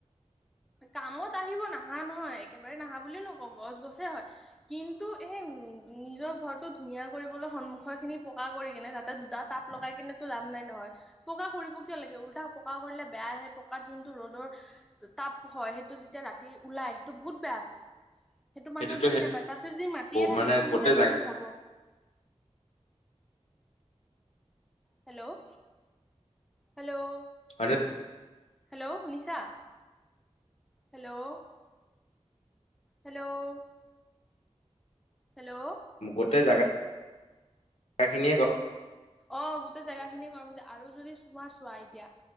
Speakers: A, on the left (about 70°); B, in the centre.
A: <inaudible>
B: কামত আহিব নাহা নহয় একেবাৰে নাহা বুলিও নকওঁ গছ গছে হয়। কিন্তু, এই নিজৰ ঘৰটো ধুনীয়া কৰিবলৈ সন্মুখৰ খিনি পকা কৰি কিনে তাতে দুটা তাপ লগাই কিনেটো লাভ নাই ন। হয়, পকা কৰিব কিয় লাগে ওলটা পকা কৰিলে বেয়াহে পকাত যোনটো ৰ'দৰ তাপ হয়, সেইটো যেতিয়া ৰাতি ওলাই আহিল। টো বহুত বেয়াতটো সেইটো
A: সেইটোতো
B: মানুহে বুজি
A: সেই
B: নাপায় তাৰপিছত যদি মাতিয়ে থাকে
A: মানে
B: কোন
A: গোটেই
B: জানো
A: জা
B: কি হ'ব। হেল্ল' হেল্ল'
A: <unintelligible>
B: হেল্ল' শুনিছা হেল্ল' হেল্ল' হেল্ল'
A: গোটেই জাগা জাগা খিনিয়ে গৰম।
B: অ' গোটেই জেগা খিনিয়ে গৰম হৈ যায় আৰু যদি। চোৱা চোৱাৰ দিয়া